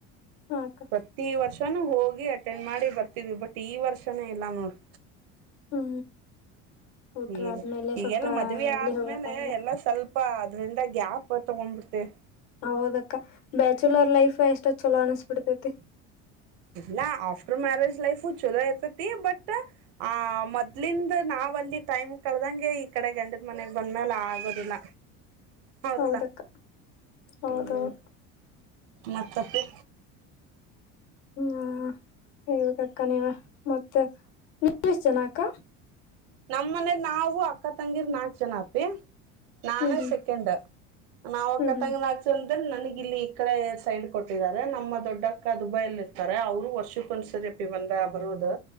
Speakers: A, on the left; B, on the right.
A: ಹ ಅಕ್ಕ
B: ಪ್ರತಿ ವರ್ಷನುೂ ಹೋಗಿ ಅಟೆಂಡ್ ಮಾಡಿ ಬರ್ತಿದ್ವಿ ಬಟ್ ಈ ವರ್ಷನೇ ಇಲ್ಲ ನೋಡ್
A: ಹ್ಮ್ ಊಟ್ರ
B: ಹ
A: ಆದ್ಮೇಲೆ
B: ಈಗೆಲ್ಲ
A: ಸ್ವಲ್ಪ
B: ಮದುವೆ
A: ಎಲ್ಲಿ
B: ಆದ್ಮೇಲೆ
A: ಹೋಗಕ್ಕಾಗಲ್ಲ
B: ಎಲ್ಲ ಸ್ವಲ್ಪ ಅಂದ ಗ್ಯಾಪ್ ತಗೊಂಡ್ಬಿಡ್ತೇವಿ
A: ಹೌದಕ್ಕ ಬ್ಯಾಚುಲರ್ ಲೈಫ್ ಎಷ್ಟೊ ಚಲೋ ಅನ್ಸ್ಬಿಡ್ತೈತಿ
B: ಇಲ್ಲ ಆಫ್ಟರ್ ಮ್ಯಾರೆಜ್ ಲೈಫು ಚಲೋ ಇರ್ತತಿ ಬಟ್ ಆ ಮೊದ್ಲಿಂದ ನಾವ್ ಅಲ್ಲಿ ಟೈಮ್ ಕಳದಂಗೆ ಈ ಕಡೆ ಗಂಡ ಮನೆಗ್ ಬಂದ್ಮೇಲೆ ಆಗೋದಿಲ್ಲ ಹೌದಲ್ಲ
A: ಹೌದಕ್ಕ ಹೌದೌದು
B: ಹ್ಮ್ ಮತ್ತಪ್ಪಿ
A: ಹ್ಮ ಹೇಳಬೇಕಕ್ಕ ನೀವೇ ಮತ್ತೆ ನಿರ್ೇ <inaudible> ಶ ಜನಾಕ
B: ನಮ್ ಮನೇಲಿ ನಾವು ಅಕ್ಕ ತಂಗಿರ್ ನಾಕ್ ಜನ ಅತಿ ನಾನು
A: ಹ್ಮ್
B: ಸೆಕೆಂಡ್ ನಾವುಕ್ಕ
A: ಹ್ಮ್ ಹ್ಮ್
B: ತಂಗ ಆ ನನಗ ಇಲ್ಲಿ ಈ ಕಡೆ ಸೈಡ್ ಕೊಟ್ಟಿದ್ದಾರೆ ನಮ್ಮ ದೊಡ್ಡ ಅಕ್ಕ ದುಬೈ ಅಲ್ಲಿ ಇರ್ತಾರೆ ಅವರು ವರ್ಷಕ್ಕೊಂದ್ಸರಿ ಬಂದ ಬರುದು